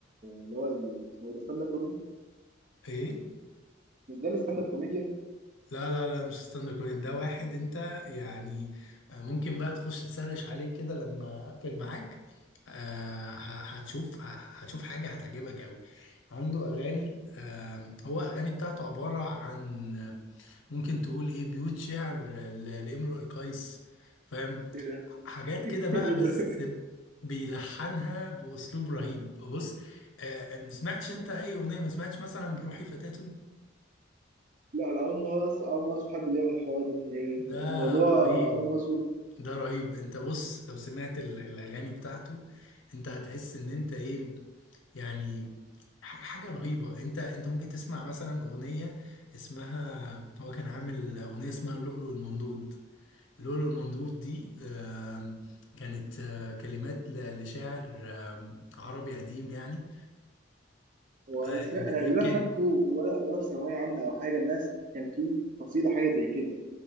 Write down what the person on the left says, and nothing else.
ايه
لا لا لا مش ستاند اب كوميدي ده واحد انت يعني آه، ممكن بقى تخش تسرش عليه كده لما اقفل معاك آه، ه- هتشوف ه- هتشوف حاجة هتعجبك قوي عنده اغاني آم، هو اغاني بتاعته عبارة عن آه، ممكن تقول ايه بيوت شعر ل- لامرؤ القيس فاهم
حاجات
كده بقى
بس
بيلحنها باسلوب رهيب بص آه، آه، ما سمعتش انت اي اغنية ما سمعتش مثلا بروحي فتاة
ده
رهيب
ده رهيب انت بص لو سمعت ال- الاغاني بتاعته انت هتحس ان انت ايه يعني ح- حاجه رهيبه انت انت ممكن تسمع مثلا اغنيه اسمها هو كان عامل اغنيه اسمها اللؤلؤ المنضود اللؤلؤ المنضود دي آم، كانت آه، كلمات ل- لشاعر آم، عربي قديم يعني
آه،
لا،
يمكن